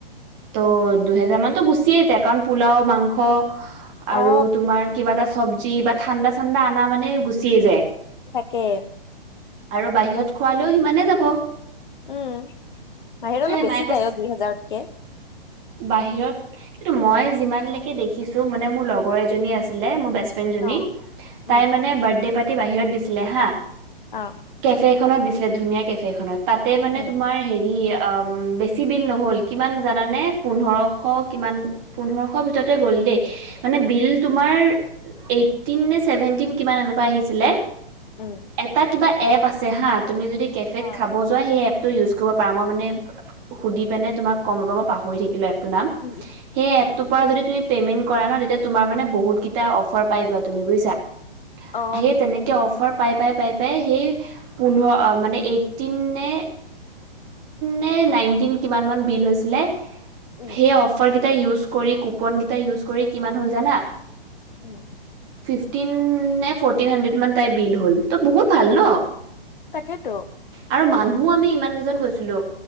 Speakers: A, on the right (about 30°); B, on the left (about 55°).
A: ত' দুহেজাৰ মানতো গুচিয়েই যায় কাৰণ পোলাও মাংস।
B: অ
A: আৰু তোমাৰ কিবা এটা চব্জি বা ঠাণ্ডা চানণ্ডা আনা মানে গুচিয়েই যায়।
B: তাকে।
A: আৰু বাহিৰত খোৱালেও সিমানে যাব।
B: উম বাহিৰত
A: তাই
B: অলপ বেছি
A: মায়ে কৈছে
B: যায়, অ দুই হাজাৰতকে।
A: বাহিৰত কিন্তু মই যিমানলৈকে দেখিছোঁ মানে মোৰ লগৰ এজনী আছিলে মোৰ বেষ্ট ফ্ৰেণ্ড জনি
B: অ
A: তাইৰ
B: উম
A: মানে বাৰ্থডে পাৰ্টি বাহিৰত দিছিলে হা,
B: অ
A: কেফে খনত দিছিলে ধুনীয়া কেফে খনত তাতে মানে
B: উম
A: তোমাৰ হেৰি- বেছি বিল নহ'ল কিমান জানানে? পোন্ধৰশ কি পোন্ধৰশ ভিতৰত গ'ল দেই, মানে বিল তোমাৰ- এইতিন নে চেভেনটিন কিমান এনেকুৱা আহিছিলে।
B: উম
A: এটা কিবা এপ আছে হা, তুমি যদি কেফেত
B: অ
A: খাব যোৱা সেই এপটো উইজ পাৰ মই মানে সুধি পেনে তোমাক কম ৰ মই পাহৰি থাকিলো এপটো নাম
B: উম উম
A: সেই এপ যদি তুমি পে'মেণ্ট কৰা ন তেতিয়া তোমাৰ মানে বহুত কেইটা অফাৰ পাই যোৱা বুজিছা
B: অ
A: সেই তেনেকে অফাৰ পাই পাই পাই পাই সেই পোন্ধৰ মানে এইটিইণ নে নে নাইটিন কিমান বিল হৈছিলে।
B: উম
A: সেই অফাৰ কেইটা উউছজ কৰি কুপন কেইটা উইজ কৰি কিমান হল জানা।
B: উম
A: ফিফটিন নে ফটিন হাণ্ডেৰ্ড মান তাই বিল হ'ল ত' বহুত ভাল ন।
B: তাকেই তো
A: আৰু মানুহ আমি ইমান কেইজন গৈছিলোঁ,